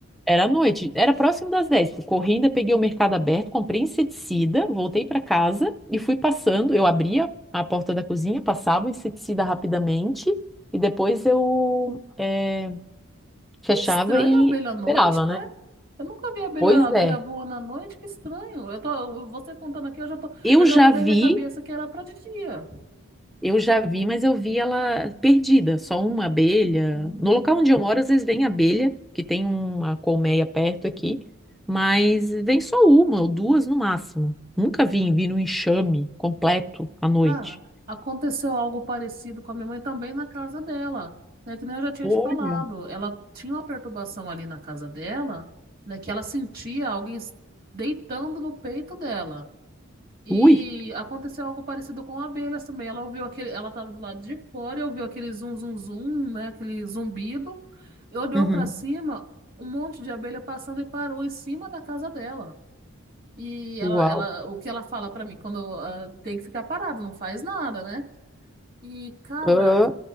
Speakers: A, in the centre; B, on the right (about 45°).
A: Era à noite, era próximo das dez, Tipo, corri, ainda peguei o mercado aberto, comprei inseticida, voltei para casa e fui passando. Eu abria a porta da cozinha, passava o inseticida rapidamente e depois eu eh, fechava
B: Que estranho
A: e
B: a abelha à noite,
A: esperava,
B: né?
A: né?
B: Eu nunca vi abelha,
A: Pois
B: abelha
A: é,
B: voando à noite, que estranho. Eu tô, você contando aqui, eu já tô,
A: eu
B: eu já
A: já
B: mudei
A: vi
B: minha cabeça que era pra de dia.
A: Eu já vi, mas eu vi ela perdida, só uma abelha.
B: Hum,
A: No local onde eu moro, às vezes vem abelha, que tem uma colmeia perto aqui, mas vem só uma ou duas no máximo. Nunca vi, vi no enxame completo à noite.
B: Ah, aconteceu algo parecido com a minha mãe também na casa dela, né? Que nem eu já tinha
A: Olha.
B: te falado. Ela tinha uma perturbação ali na casa dela, né? Que ela sentia alguém s- deitando no peito dela. E
A: Ui!
B: aconteceu algo parecido com abelhas também. Ela ouviu aquele, ela estava do lado de fora e ouviu aquele zum zum zum, né? Aquele zumbido. E olhou
A: Uhum.
B: para cima, um monte de abelha passando e parou em cima da casa dela. E ela,
A: Uau.
B: ela, o que ela fala pra mim, quando ah, tem que ficar parado, não faz nada, né? E, cara,
A: Ah,